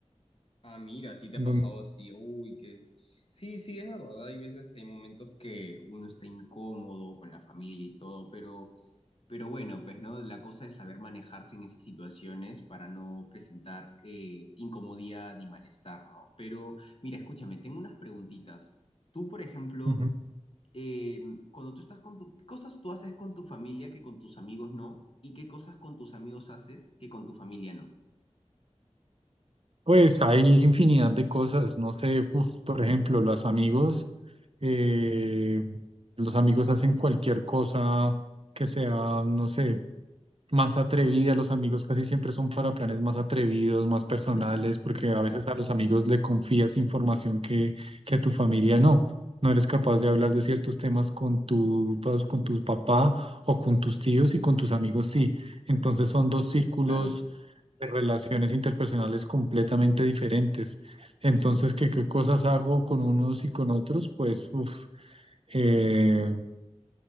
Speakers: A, on the left; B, on the right.
A: Ah, mira, sí te
B: Don-
A: ha pasado así. Uy, que... Sí, sí, es verdad. Hay veces que hay momentos que uno está incómodo con la familia y todo, pero, pero bueno, pues, ¿no? La cosa es saber manejarse en esas situaciones para no presentar eh, incomodidad ni malestar, ¿no? Pero, mira, escúchame, tengo unas preguntitas. Tú, por ejemplo,
B: Ujú.
A: eh, cuando tú estás con tu... ¿Qué cosas tú haces con tu familia que con tus amigos no? ¿Y qué cosas con tus amigos haces que con tu familia no?
B: Pues hay infinidad de cosas, no sé, uf, por ejemplo, los amigos, eh, los amigos hacen cualquier cosa que sea, no sé, más atrevida, los amigos casi siempre son para planes más atrevidos, más personales,
A: <laughs>
B: porque a veces a los amigos le confías información que, que a tu familia no. No eres capaz de hablar de ciertos temas con tu, pues, con tu papá o con tus tíos y con tus amigos sí. Entonces son dos círculos
A: Claro.
B: de relaciones interpersonales completamente diferentes. Entonces, ¿qué, qué cosas hago con unos y con otros? Pues, uf, eh,